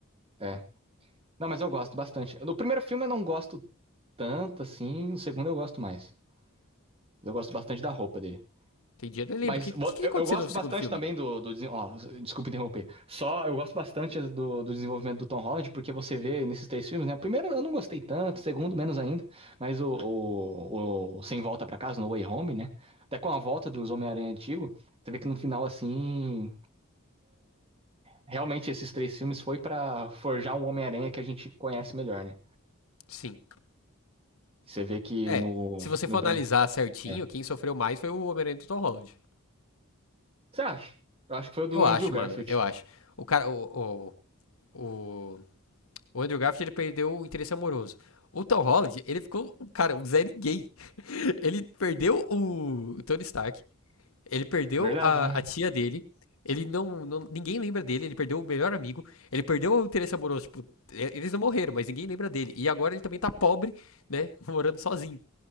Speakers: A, on the right (about 30°); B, on the left (about 80°).
A: É. Não, mas eu gosto bastante. No primeiro filme eu não gosto tanto, assim. No segundo eu gosto mais. Eu gosto bastante da roupa dele.
B: Tem dia, eu nem lembro.
A: Mas
B: O que,
A: vo-
B: que, que
A: eu,
B: aconteceu
A: eu gosto
B: no segundo
A: bastante
B: filme?
A: também do, do desen- ó, desculpa interromper. Só eu gosto bastante do, do desenvolvimento do Tom Holland, porque você vê nesses três filmes, né? O primeiro eu não gostei tanto, o segundo menos ainda, mas o, o, o Sem Volta pra Casa, No Way Home, né? Até com a volta dos Homem-Aranha antigo, você vê que no final, assim, realmente esses três filmes foi pra forjar um Homem-Aranha que a gente conhece melhor, né?
B: Sim.
A: Você vê que
B: É.
A: no,
B: Se você
A: no
B: for
A: Bran...
B: analisar certinho,
A: É.
B: quem sofreu mais foi o Homem-Aranha do Tom Holland.
A: Você acha? Eu acho que foi o do
B: Eu acho,
A: Andrew Garfield.
B: mano, eu acho. O cara, o, o, o, o Andrew Garfield, ele perdeu o interesse amoroso. O Tom Holland, ele ficou, cara, o zé gay. <laughs> Ele perdeu o Tony Stark, ele perdeu
A: Verdade,
B: a,
A: né?
B: a tia dele, ele não, não- ninguém lembra dele, ele perdeu o melhor amigo, ele perdeu o interesse amoroso, tipo, e- eles não morreram, mas ninguém lembra dele. E agora ele também tá pobre, né, <laughs> morando sozinho.